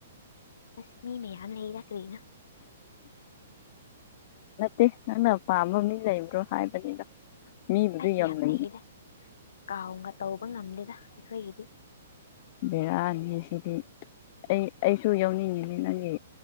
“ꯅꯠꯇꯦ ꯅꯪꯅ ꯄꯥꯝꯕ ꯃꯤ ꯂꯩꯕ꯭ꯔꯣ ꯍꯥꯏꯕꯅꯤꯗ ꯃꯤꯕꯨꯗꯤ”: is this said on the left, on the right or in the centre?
Left